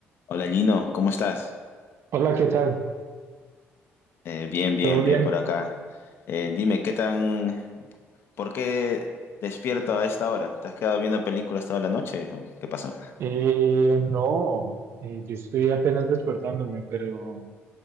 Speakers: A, on the left (about 60°); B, on the right (about 60°).
A: Hola Gino, ¿cómo estás?
B: Hola, ¿qué tal?
A: Eh, bien, bien,
B: ¿Todo bien?
A: bien por acá. Eh, dime, ¿qué tan, por qué despierto a esta hora? ¿Te has quedado viendo películas toda la noche? ¿O ¿Qué pasó?
B: Eh, no, eh, yo estoy apenas despertándome, pero